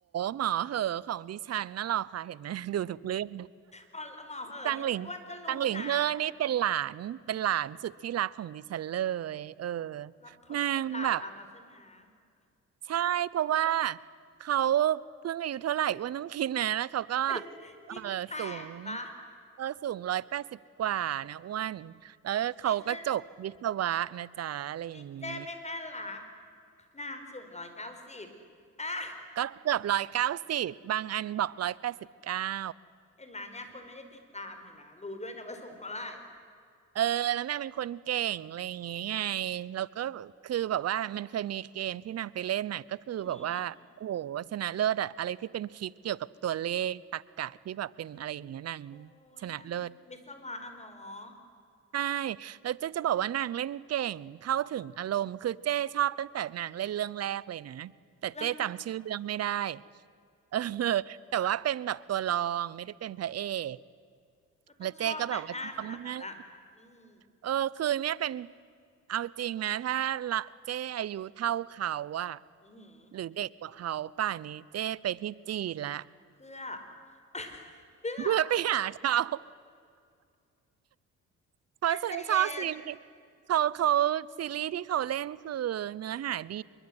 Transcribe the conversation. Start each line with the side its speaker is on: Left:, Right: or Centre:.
Right: หมอเหอของดิฉันน่ะหรอค่ะเห็นไหม <laughs> ดูทุกเรื่อง
Left: อ๋อหมอเหอะนี่อ้วนก็รู้นะ
Right: จังหลิงจังหลิงเฮอนี่เป็นหลานเป็นหลานสุดที่รักของดิฉันเลยเออ
Left: อ๋อแล้วเขาต้องเป็นหลานเราแล้วใช่ไหมนะ
Right: นางแบบ ใช่เพราะว่าเขาเพิ่งอายุเท่าไหร่อ้วนต้องคิดนะแล้วเขาก็
Left: <laughs>
Right: เออสูง
Left: ยี่สิบแปดปะ
Right: เออสูงร้อยแปดสิบกว่านะอ้วนแล้วเขาก็จบวิศวะนะจ๊ะอะไรอย่างนี้
Left: ไม่ใช่นี่เจ้ไม่แม่นละนางสูงร้อยเก้าสิบอ่ะ
Right: ก็เกือบร้อยเก้าสิบบางอันบอกร้อยแปดสิบเก้า
Left: เห็นไหมเนี่ยคนไม่ได้ติดตามเห็นไหมรู้ด้วยนะว่าสูงเท่าไหร่
Right: เออแล้วนางเป็นคนเก่งอะไรอย่างงี้ไง
Left: อืม
Right: แล้วก็คือแบบว่ามันเคยมีเกมที่นางไปเล่นน่ะก็คือแบบว่าโอ้โหชนะเลิศอะอะไรที่เป็นคลิปเกี่ยวกับตัวเลขตรรกะที่แบบเป็นอะไรอย่างเงี้ยนาง
Left: ออหือโอ้ยนางวิศวะอะเนาะ
Right: ชนะเลิศ ใช่แล้วเจ๊จะบอกว่านางเล่นเก่งเข้าถึงอารมณ์คือเจ๊ชอบตั้งแต่นางเล่นเรื่องแรกเลยนะแต่เจ๊จำชื่อเรื่องไม่ได้
Left: เรื่อง
Right: เออแต่ว่าเป็นแบบตัวรองไม่ได้เป็นพระเอก
Left: ก็ต้องชอบแหละหน้าขนาดนั้นอะอืม
Right: แล้วเจ๊ก็แบบว่าชอบมากเออคือเนี่ยเป็นเอาจริงนะถ้าละเจ๊อายุเท่าเขาอะ
Left: อือหือ
Right: หรือเด็กกว่าเขาป่านนี้เจ๊ไปที่จีนละ
Left: เพื่อ <laughs> เพื่อ
Right: <laughs> เพื่อไปหาเขา เพราะฉันชอบซีรีส์เขาเขา
Left: เจ๊ใจเย็น
Right: ซีรีส์ที่เขาเล่นคือเนื้อหาดี